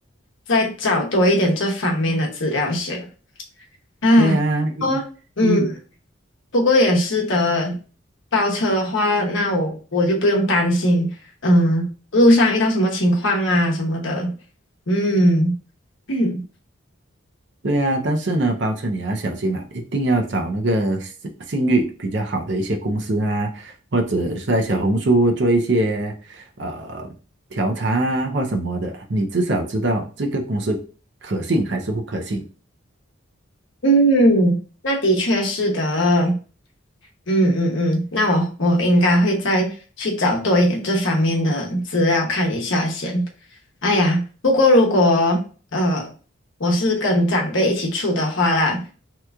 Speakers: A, on the left; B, on the right.
A: 再找多一点这方面的资料先。啊，
B: 对呀、因因
A: 哦，嗯，不过也是的，包车的话，那我我就不用担心，嗯，路上遇到什么情况啊什么的，嗯。<clears throat>
B: 对啊，但是呢，包车你要小心啦，一定要找那个信信誉比较好的一些公司啊，或者是在小红书做一些呃调查啊或什么的，你至少知道这个公司可信还是不可信。
A: 嗯，那的确是的，嗯嗯嗯，那我我应该会再去找多一点这方面的资料看一下先。哎呀，不过如果呃我是跟长辈一起住的话啦，